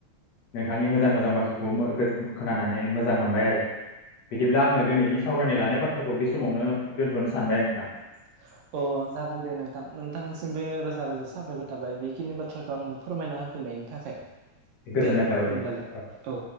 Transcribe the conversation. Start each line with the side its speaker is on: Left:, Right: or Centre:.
Left: नोंथांनि मोजां मोजां बाथ्राखौबो खोनानानै मोजां मोनबाय आरो। बिदिब्ला आङो दिनैनि सावरायनो लानाय बाथ्रा- खो बे समावनो दोनथ'नो सानबाय नोंथां
Right: <unintelligible> अ जागोन दे नोंथां नोंथांनिसिम बो रोजा रोजा साबायखर- थाबाय बे बेखिनि बाथ्राखौ आंनो फोरमायना होफिननायनि थाखाय-
Left: गोजोननाय
Right: दे होमब्लालाय
Left: थाबाय नोंथां
Right: औ।